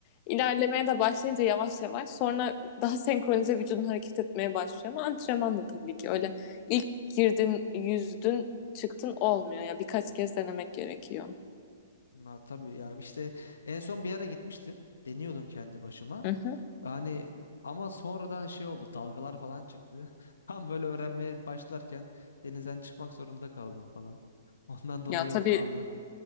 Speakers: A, on the left; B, on the left.
A: İlerlemeye de başlayınca yavaş yavaş sonra daha senkronize vücudun hareket etmeye başlıyor ama antrenmanla tabii ki öyle ilk girdin yüzdün çıktın olmuyor ya yani birkaç kez denemek gerekiyor.
B: Ha, tabii ya işte en son bir ara gitmiştim. Deniyordum kendi başıma.
A: Hı hı.
B: Yani ama sonradan şey oldu dalgalar falan çıktı. <laughs> Tam böyle öğrenmeye başlarken denizden çıkmak zorunda kaldım falan. Ondan dolayı
A: Ya tabii
B: o kaldı.